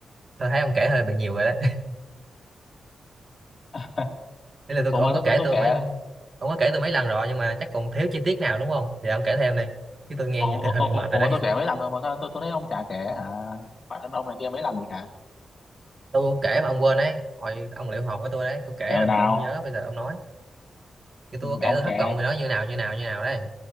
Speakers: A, on the right; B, on the left.
A: tôi thấy ông kể hơi bị nhiều rồi đấy
B: <laughs>
A: <laughs> Ý là tôi
B: Ủa
A: ông
B: mà tôi,
A: có kể
B: tôi, tôi
A: tôi
B: kể
A: mấy ông có kể tôi mấy lần rồi nhưng mà chắc còn thiếu chi tiết nào đúng không thì ông kể thêm đi chứ tôi nghe
B: ủa,
A: vậy
B: ủa,
A: thì <laughs> hơi bị
B: ủa,
A: mệt rồi
B: ủa
A: đấy
B: mà tôi kể mấy lần rồi mà sao tôi, tôi thấy ông chả kể hả bản thân ông này kia mấy lần gì hả
A: <laughs> tôi cũng kể mà ông quên đấy hồi ông liệu hồn với tôi đấy tôi kể
B: kể hồi
A: rồi
B: nào
A: mà ông không nhớ bây giờ ông nói thì
B: Ừ,
A: tôi có kể
B: ông
A: tôi thất
B: kể
A: vọng rồi nó như nào như nào như nào đấy